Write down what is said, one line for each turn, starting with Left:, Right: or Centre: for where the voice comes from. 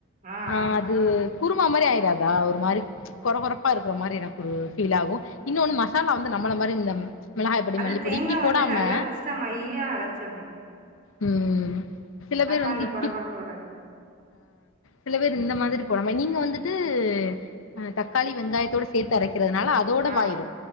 Right: ஆ
Left: அ
Right: ஆ
Left: அ குருமா மாரி ஆய்றாதா ஒரு மாரி கொற கொற ப்பா இருக்கிற மாரி எனக்கு ஒரு பீல் ஆகு இன்னொன்னு மசாலா வந்து நம்மள மாரி இந்த மிளகாய் பொடி
Right: அது
Left: மல்லிப்பொடி
Right: தேங்கா
Left: இப்டி போடாம
Right: வந்து நல்லா ஃபர்ஸ்ட்டு மையா அரச்சிட்ணு
Left: ம் சில பேர்
Right: அப்ப
Left: வந்து
Right: அந்த
Left: இட்டிப்
Right: கொற கொறப்பு வராது
Left: சில பேர்
Right: ம்
Left: இந்த மாதிரி போடாம நீங்க வந்துட்டு அ தக்காளி வெங்காயத்தோட சேத்து அரைக்கிறதுனால தோடவாயிரு
Right: ஆ